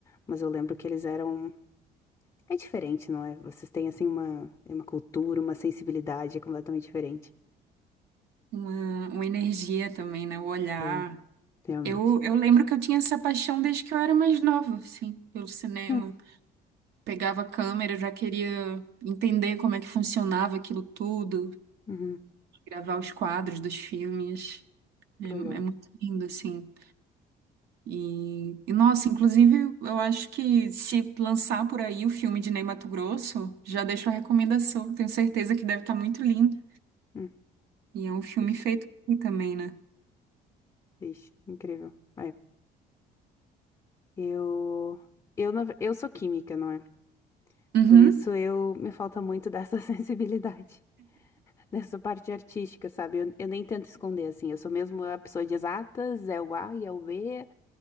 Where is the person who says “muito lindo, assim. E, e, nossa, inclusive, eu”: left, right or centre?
Right